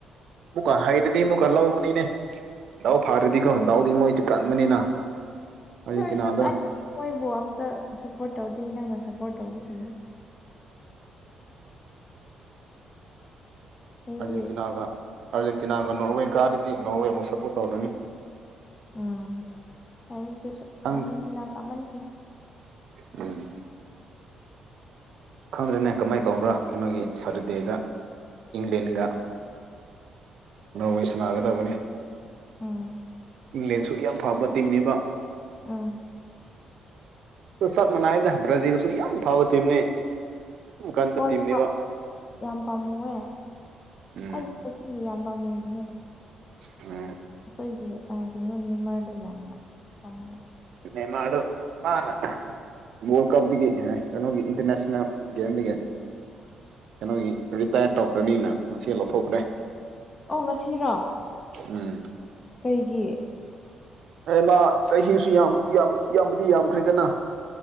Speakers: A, on the right; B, on the left.
A: ꯑꯃꯨꯛꯀ ꯍꯥꯏꯗꯗꯤ ꯑꯃꯨꯛꯀ ꯂꯧꯒꯅꯤꯅꯦ ꯗꯥꯎ ꯐꯥꯔꯗꯤꯀꯣ
B: ꯅꯪꯗꯤ
A: ꯗꯥꯎꯗꯤ ꯃꯣꯏꯁꯦ ꯀꯟꯕꯅꯤꯅ ꯑꯥꯔꯖꯦꯟꯇꯤꯅꯥꯗ
B: ꯑꯗꯨ ꯑꯣꯏꯔꯁꯨ ꯃꯣꯏꯕꯨ ꯑꯝꯇ ꯁꯞꯄꯣꯔꯠ ꯇꯧꯗꯦ ꯅꯪꯅ ꯁꯞꯄꯣꯔꯠ ꯇꯧꯕꯁꯤꯡꯗ ꯑꯩꯗꯤ
A: ꯑꯥꯔꯖꯦꯟꯇꯤꯅꯥꯒ ꯑꯥꯔꯖꯦꯟꯇꯤꯅꯥꯒ ꯅꯣꯔꯋꯦ ꯀꯥꯗꯗꯤ ꯅꯣꯔꯋꯦꯐꯥꯎ ꯁꯞꯄꯣꯔꯠ ꯇꯧꯔꯅꯤ꯫
B: ꯎꯝ ꯑꯩ
A: ꯈꯪꯗꯦ
B: ꯑꯔꯖꯦꯟꯇꯤꯅꯥ ꯀꯃꯟꯈꯔꯦ꯫
A: ꯎꯝ ꯈꯪꯗ꯭ꯔꯦꯅꯦ ꯀꯃꯥꯏꯅ ꯇꯧꯕ꯭ꯔꯥ ꯀꯩꯅꯣꯒꯤ ꯁꯇꯔꯗꯦꯗ ꯏꯪꯂꯦꯟꯒ__ ꯅꯣꯔꯋꯩ ꯁꯅꯥꯒꯗꯕꯅꯤ꯫
B: ꯑꯥ
A: ꯏꯪꯂꯦꯟꯁꯨ ꯌꯥꯝ ꯐꯕ ꯇꯤꯝꯅꯤꯕ꯫
B: ꯑꯥ
A: ꯆꯠ ꯃꯅꯥꯏꯗ ꯕ꯭ꯔꯥꯖꯤꯜꯁꯨ ꯌꯥꯝ ꯐꯕ ꯇꯤꯝꯅꯤ꯫ ꯌꯥꯝ ꯀꯟꯕ
B: ꯍꯣꯏ
A: ꯇꯤꯝꯅꯦꯕ
B: ꯍꯣ ꯌꯥꯝ ꯄꯥꯝꯃꯨꯑꯦ
A: ꯎꯝ
B: ꯑꯩꯗꯤ ꯉꯁꯤꯗꯤ ꯌꯥꯝ ꯄꯥꯝꯃꯨꯅꯦ
A: ꯎꯝ
B: ꯑꯩꯈꯣꯏꯒꯤ ꯀꯩꯅꯣ ꯅꯤꯃꯔꯗ ꯌꯥꯝꯅ ꯄꯥꯝꯃꯦ꯫
A: ꯅꯦꯃꯔꯗꯣ ꯃꯥꯅ__ ꯋꯥꯔꯜ ꯀꯞꯇꯒꯤ ꯀꯩꯅꯣꯒꯤ ꯏꯟꯇꯔꯅꯦꯁꯅꯦꯜ ꯒꯦꯝꯗꯒꯤ__ ꯀꯩꯅꯣꯒꯤ ꯔꯤꯇꯥꯌꯔ ꯇꯧꯈ꯭ꯔꯅꯤꯅ ꯉꯁꯤ ꯂꯧꯊꯣꯛꯈ꯭ꯔꯦ꯫
B: ꯑꯣ ꯉꯁꯤꯔꯣ
A: ꯎꯝ
B: ꯀꯩꯒꯤ
A: ꯃꯥ ꯆꯍꯤꯁꯨ ꯌꯥꯝ ꯌꯥꯝ ꯏꯕꯗꯤ ꯌꯥꯝꯈ꯭ꯔꯦꯗꯅ꯫